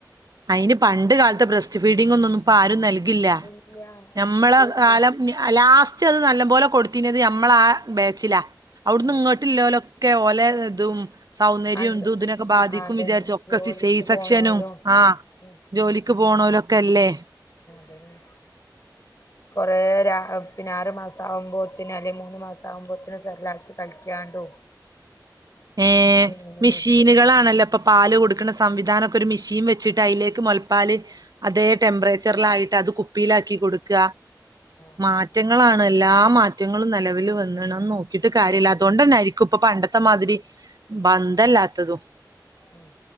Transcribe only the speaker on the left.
ഇല്ല
അതുണ്ട്
ആഹ്
ആഹ്
അതന്നെ
ജോലിക്ക്
പോണോലും
ഉം
അതെന്നെ കൊ റേ ആ പിന്നാറ് മാസം ആവുമ്പോത്തിന് അല്ലെ മൂന്ന് മാസം ആവുമ്പോത്തിന് സെർലാക്ക് കൽക്കിക്കാണ്ടും
ഇങ്ങനെയിട്ട്
ആഹ്
ആഹ്
അതന്നെ
ഉം